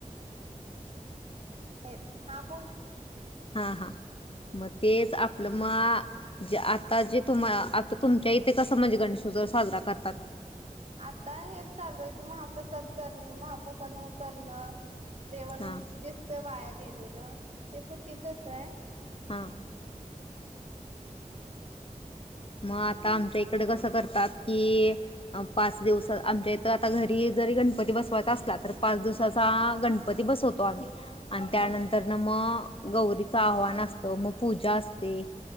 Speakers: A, on the right (about 50°); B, on the left (about 40°).
A: ये हा बोल.
B: हा, हा मग तेच आपलं मग जे आता जे तुम्हा आता तुमच्या इथे कसं म्हणजे गणेशोत्सव साजरा करतात?
A: आता हेच चालूये की महाप्रसाद कर महाप्रसाद म करणं जेवण
B: हा
A: दिसतं वाया गेलेलं ते चुकीचचे.
B: हां! मग आता आमच्या कडे कसं करतात की पाच दिवस आमच्या इथं आता घरी जरी गणपती बसवायचा असला तर पाच दिवसाचा
A: हा
B: गणपती बसवत तो आणि
A: हा हा
B: त्यानंतर न मग गौरीचं आव्हान असतं, मग पूजा असते